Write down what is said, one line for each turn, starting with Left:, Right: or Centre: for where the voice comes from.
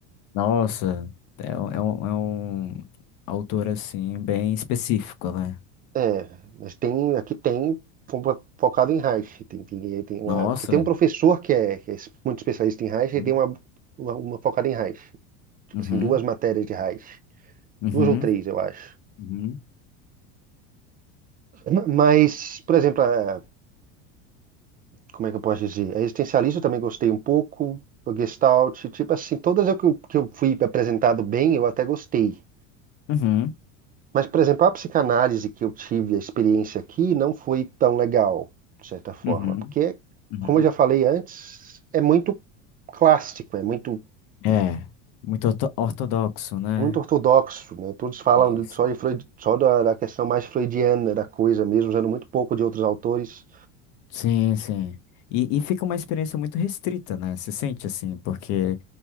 Left: Nossa, é, um- é um, é um autor, assim, bem específico, né?
Right: É, mas tem, aqui tem fo- focado em Reich. Tem, tem, aí tem uma,
Left: Nossa.
Right: porque tem um professor que é, que é es- muito especialista em Reich e
Left: Uhum.
Right: tem uma, uma, uma focada em Reich. Tipo
Left: Uhum,
Right: assim, duas matérias de Reich.
Left: uhum,
Right: Duas ou três, eu acho.
Left: Uhum.
Right: Mas, por exemplo, a- como é que eu posso dizer? A existencialista eu também gostei um pouco. A Gestalt, tipo assim, todas eu que, eu- que eu fui apresentado bem, eu até gostei.
Left: uhum,
Right: Mas, por exemplo, a psicanálise que eu tive a experiência aqui não foi tão legal, de certa forma,
Left: uhum.
Right: porque,
Left: Uhum.
Right: como eu já falei antes, é muito clássico, é muito,
Left: É, muito orto- ortodoxo, né?
Right: muito ortodoxo, né? Todos falam
Left: Isso.
Right: de- só, de Freud, só da, da questão mais freudiana da coisa mesmo, usando muito pouco de outros autores.
Left: Sim, sim. E, e fica uma experiência muito restrita, né? Você sente assim, porque